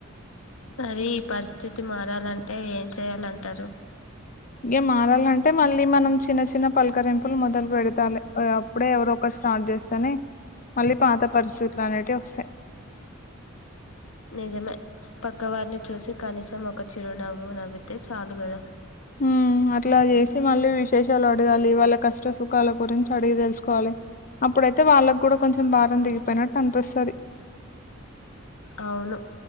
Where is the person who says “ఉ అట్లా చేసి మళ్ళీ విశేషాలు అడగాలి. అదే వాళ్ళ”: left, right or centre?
Left